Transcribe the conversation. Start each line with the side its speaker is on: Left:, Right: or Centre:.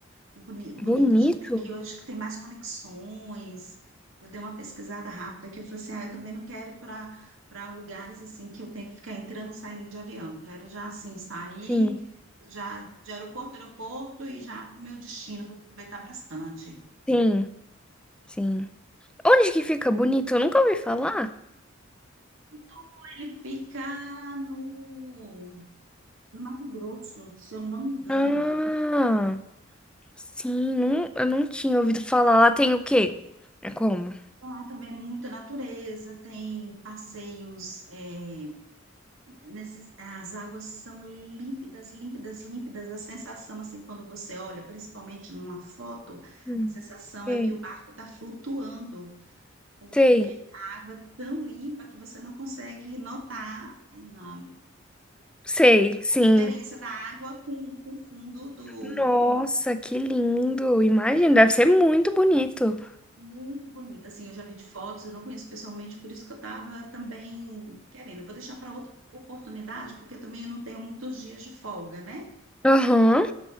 Right: Que boni- bonito
Centre: Bonito?
Right: já tem que hoje que tem mais conexões. Eu dei uma pesquisada rápida que eu falei assim, ah, eu também não quero ir para para lugares assim que eu tenho que ficar entrando e saindo de avião. Quero já assim sair
Centre: Sim,
Right: já de aeroporto a aeroporto e já para o meu destino para aproveitar bastante.
Centre: sim, sim. Onde que fica bonito? Eu nunca ouvi falar.
Right: Então ele fica no, no Mato Grosso, se eu não me engano.
Centre: Ah, sim, não, eu não tinha ouvido falar. Lá tem o quê? É como?
Right: Lá também é muita natureza, tem passeios eh, Nesses, as águas são límpidas, límpidas, límpidas. A sensação, assim, quando você olha, principalmente numa foto,
Centre: Hum,
Right: a sensação
Centre: Sei,
Right: é que o barco está flutuando, porque
Centre: sei,
Right: a água é tão limpa que você não consegue notar, ah,
Centre: sei, sim.
Right: a diferença da água com, com o fundo do.
Centre: Nossa, que lindo! Imagina, deve ser muito bonito.
Right: Muito bonita. Assim, eu já vi de fotos, eu não conheço pessoalmente, por isso que eu estava também querendo. Eu vou deixar para outra oportunidade, porque também eu não tenho muitos dias de folga, né?
Centre: Aham,